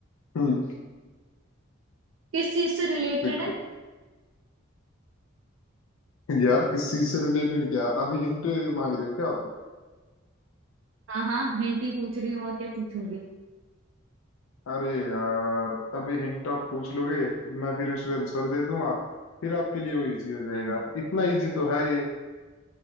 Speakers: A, on the left; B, on the right.
A: हम्म,
B: किस चीज से रिलेटेड
A: देखो
B: है
A: यार किस चीज से रिलेटेड क्या अभी हिंट मांग रहे हो क्या आप
B: हाँ हाँ हिंट ही पूछ रही हूँ और क्या पूछूंगी
A: अरे यार अभी हिंट आप पूछ लोगे मैं फिर उसमें आंसर दे दूंगा फिर आपके लिए वो इजी हो जाएगा
B: हम्म,
A: इतना इजी तो है ये